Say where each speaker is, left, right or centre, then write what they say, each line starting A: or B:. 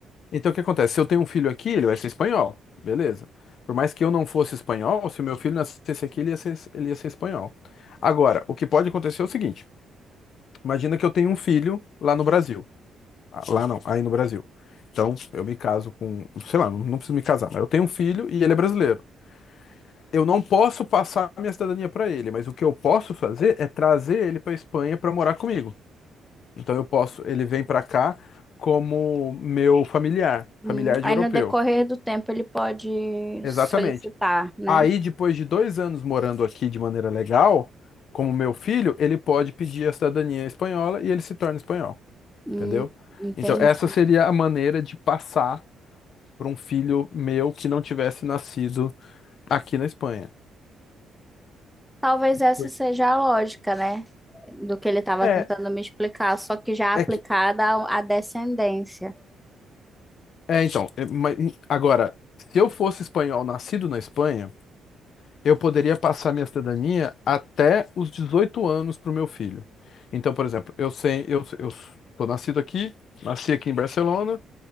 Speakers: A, on the left; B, in the centre.
A: Então o que acontece? Se eu tenho um filho aqui, ele vai ser espanhol, beleza. Por mais que eu não fosse espanhol, se o meu filho nascesse aqui, ele ia ser, ele ia ser espanhol. Agora, o que pode acontecer é o seguinte: imagina que eu tenho um filho lá no Brasil. Ah, Lá não, aí no Brasil. Então, eu me caso com, sei lá, não, não preciso me casar, mas eu tenho um filho e ele é brasileiro. Eu não posso passar a minha cidadania para ele, mas o que eu posso fazer é trazer ele para Espanha para morar comigo. Então eu posso, ele vem para cá como meu familiar,
B: Hum,
A: familiar de
B: Aí
A: europeu.
B: no decorrer do tempo ele pode
A: Exatamente.
B: solicitar, né?
A: Aí depois de dois anos morando aqui de maneira legal, como meu filho, ele pode pedir a cidadania espanhola e ele se torna espanhol,
B: Hum,
A: entendeu?
B: entendi.
A: Então essa seria a maneira de passar para um filho meu que não tivesse nascido aqui na Espanha.
B: Talvez essa
A: Foi.
B: seja a lógica, né? Do que ele estava
A: É,
B: tentando me explicar, só que já aplicada
A: é que.
B: à à descendência.
A: É, então, é, mas, agora, se eu fosse espanhol nascido na Espanha, eu poderia passar minha cidadania até os 18 anos para o meu filho. Então, por exemplo, eu sei, eu, eu sou nascido aqui, nasci aqui em Barcelona,